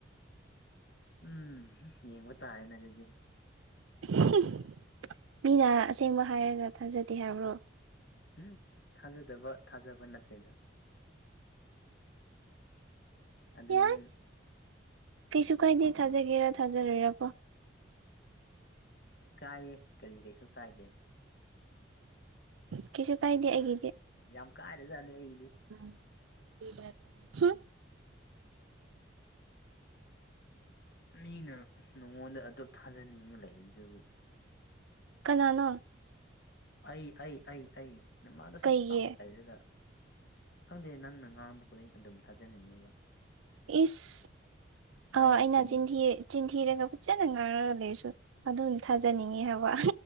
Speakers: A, on the left; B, on the right.
A: ꯎꯝꯍꯨꯝ ꯌꯦꯡꯕ ꯇꯥꯔꯦꯅ ꯑꯗꯨꯗꯤ
B: ꯍꯨꯝ ꯃꯤꯅ ꯑꯁꯦꯡꯕ ꯍꯥꯏꯔꯒ ꯊꯥꯖꯗꯦ ꯍꯥꯏꯕ꯭ꯔꯣ
A: ꯎꯝ ꯊꯥꯖꯗꯕ ꯊꯥꯖꯕ ꯅꯠꯇꯦꯗ ꯑꯗꯨ
B: ꯌꯥꯏ
A: ꯅꯪ
B: ꯀꯩꯁꯨ ꯀꯥꯏꯗꯦ ꯊꯥꯖꯒꯦꯔ ꯊꯥꯖꯔꯣꯏꯔꯀꯣ
A: ꯀꯥꯏꯌꯦ ꯀꯔꯤ ꯀꯩꯁꯨ ꯀꯥꯏꯗꯦ
B: ꯀꯩꯁꯨ ꯀꯥꯏꯗꯦ ꯑꯩꯒꯤꯗꯤ
A: ꯌꯥꯝ ꯀꯥꯏꯔꯖꯥꯠꯅꯦ ꯑꯩꯒꯤꯗꯤ
B: ꯎꯝ ꯏ ꯄꯥꯏꯕ꯭ꯔ ꯍꯨꯝ
A: ꯃꯤꯅ ꯅꯉꯣꯟꯗ ꯑꯗꯨꯞ ꯊꯥꯖꯅꯤꯡꯉ ꯂꯩꯕꯗꯨꯕꯨ
B: ꯀꯅꯥꯅꯣ
A: ꯑꯩ ꯑꯩ ꯑꯩ ꯑꯩ ꯅꯃꯥꯡꯗꯁꯨ
B: ꯀꯩꯒꯤ
A: ꯆꯥꯛ ꯂꯩꯔꯒ ꯈꯪꯗꯦ ꯅꯪꯅ ꯉꯥꯡꯕ ꯈꯨꯗꯤꯡ ꯑꯗꯨꯝ ꯊꯥꯖꯅꯤꯡꯉꯦꯕ
B: ꯏꯁ ꯑ
A: ꯅꯪꯅ
B: ꯑꯩꯅ
A: ꯆꯤꯟ
B: ꯆꯤꯟꯊꯤꯌꯦ ꯆꯤꯟꯊꯤꯔꯒ ꯐꯖꯅ ꯉꯥꯡꯔꯒ ꯂꯩꯔꯁꯨ ꯑꯗꯨꯝ ꯊꯥꯖꯅꯤꯡꯉꯤ ꯍꯥꯏꯕ